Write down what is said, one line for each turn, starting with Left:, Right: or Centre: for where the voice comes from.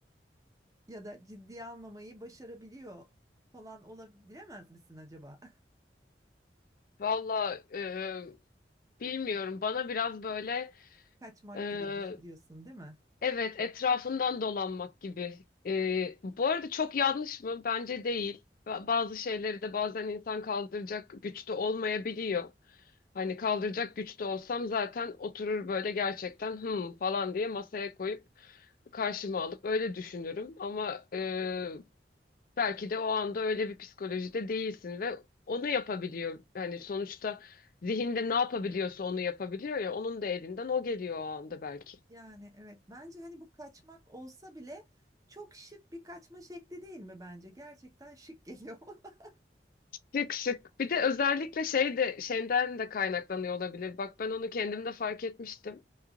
Right: ya da ciddiye almamayı başarabiliyor falan olabilemez misin acaba?
Left: Valla e, bilmiyorum bana biraz böyle
Right: <laughs> Kaçmak
Left: e,
Right: gibi düş- diyorsun değil mi?
Left: Evet, etrafından dolanmak gibi. Ee, bu arada çok yanlış mı? Bence değil. Ba- Bazı şeyleri de bazen insan kaldıracak güçte olmayabiliyor. Hani kaldıracak güçte olsam zaten oturur böyle gerçekten hım falan diye masaya koyup karşıma alıp öyle düşünürüm. Ama e, belki de o anda öyle bir psikolojide değilsin ve onu yapabiliyor. Yani sonuçta zihinde ne yapabiliyorsa onu yapabiliyor ya onun da elinden o geliyor o anda belki.
Right: Yani evet bence hani bu kaçmak olsa bile çok şık bir kaçma şekli değil mi bence? Gerçekten şık geliyor. <laughs>
Left: Şık şık. Bir de özellikle şey de şeyden de kaynaklanıyor olabilir. Bak ben onu kendim de fark etmiştim.